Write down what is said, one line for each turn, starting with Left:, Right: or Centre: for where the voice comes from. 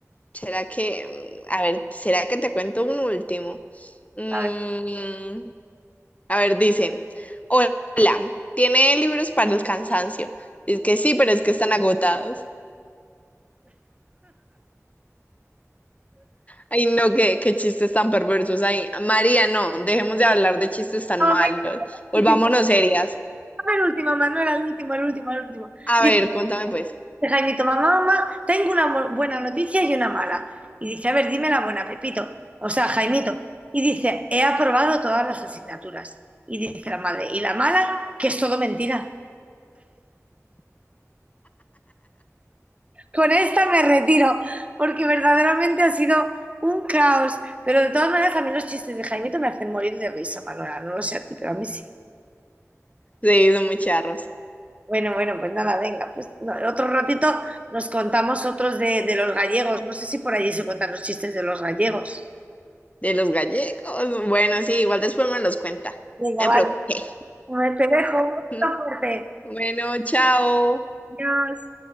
Left: ¿será que, mm, a ver, ¿será que te cuento un último? Mm,
Right: A ver,
Left: a ver, dicen, hola, ¿tiene libros para el cansancio? Es que sí, pero es que están agotados. Ay, no, qué, qué chistes tan perversos ahí. María, no, dejemos de hablar de chistes tan
Right: no,
Left: malos.
Right: el
Left: Volvámonos
Right: último,
Left: serias.
Right: el último, Manuel, el último, el último, el último.
Left: A
Right: Dice,
Left: ver, cuéntame pues.
Right: de Jaimito, mamá, mamá, tengo una bu- buena noticia y una mala. Y dice, a ver, dime la buena, Pepito, o sea, Jaimito. Y dice, he aprobado todas las asignaturas. Y dice la madre, y la mala, que es todo mentira. Con esta me retiro, porque verdaderamente ha sido un caos. Pero de todas maneras, a mí los chistes de Jaimito me hacen morir de risa, Manuela. No lo sé a ti, pero a mí sí.
Left: Sí, son muy charros.
Right: Bueno, bueno, pues nada, venga, pues no, otro ratito nos contamos otros de, de los gallegos. No sé si por allí se cuentan los chistes de los gallegos.
Left: De los gallegos. Bueno, sí, igual después me los cuenta.
Right: Venga,
Left: No
Right: vale.
Left: me preocupé.
Right: A te dejo un
Left: <laughs>
Right: beso fuerte.
Left: Bueno, chao.
Right: Adiós.